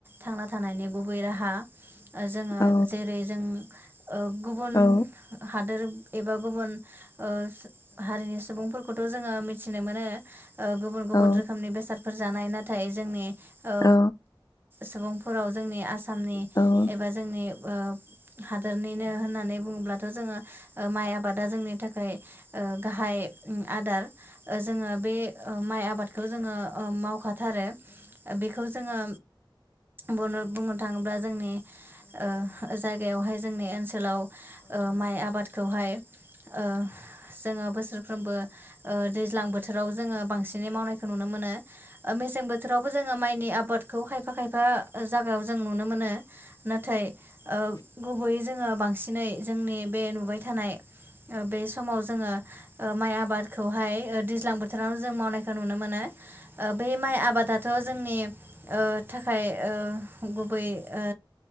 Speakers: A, on the right; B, on the left.
A: थांना थानायनि गुबै राहा। जोङो
B: औ
A: जेरै जों ओ गुबुन
B: औ
A: हादोर एबा गुबुन ओ हारिनि सुबुंफोर खौथ' जोङो मिथिनो मोनो। ओ गुबुन गुबुन
B: औ
A: रो नि बेसादफोर जानाय नाथाय जोंनि ओ
B: औ
A: सुबुं फोराव जोंनि आसामनि
B: औ
A: एबा जोंनि ओ हादोरनिनो होननानै बुङोब्ला थ' जोङो ओ माइ आबादा जोंनि थाखाय ओ गाहाय उम आदार। ओ जोङो बे ओ माइ आबाद जोङो ओ मावखा थारो ओ बेखौ जोङो बनो बुंनो थाङोब्ला जोंनि ओ जाय गायावहाय जोंनि ओनसोलाव ओ माइ आबादखौहाय ओ जोङो बोसोरफ्रोमबो ओ दैज्लां बोथोराव जोङो बांसिन बिनि मावनाय नुनो मोनो। ओ मेसें बोथोरावबो जोङो माइनि आबाद खौ खायफा खायफा जागायाव जों नुनो मोनो। नाथाय ओ गुबै जोङो बांसिनै जोंनि बे नुबाय थानाय ओ बे समाव जोङो ओ माइ आबादखौहाय ओ दैज्लां बोथोरावनो जों मावनायखो नुनो <unintelligible> ओ बे माइ आबादाथ' जोंनि ओ थाखाय ओ गुबै ओ